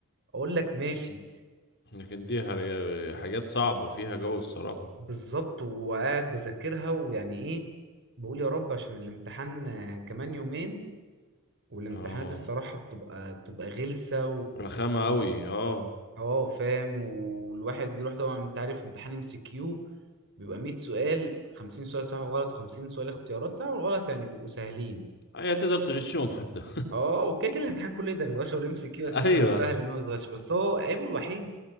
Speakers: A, on the right; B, on the left.
A: أقول لك ماشي
B: لكن دي هر- حاجات صعبة فيها جو الصراحة
A: بالظبط وقاعد بذاكرها ويعني إيه بقول يا رب عشان الامتحان آه، كمان يومين والامتحانات
B: اه
A: الصراحة بتبقى بتبقى غلسة
B: رخامة أوي اه
A: اه فاهم والواحد بيروح طبعا انت عارف امتحان ام سي كيو بيبقى 100 سؤال 50 سؤال صح وغلط و50 سؤال اختيارات صح وغلط يعني بيبقوا سهلين
B: أيوة تقدر تغشهم حتى
A: اه اوكي كده الامتحان كله يقدر يتغش والام سي كيو
B: <laughs>
A: اساسا
B: أيوة
A: سهل ان هو يتغش بس هو عيبه الوحيد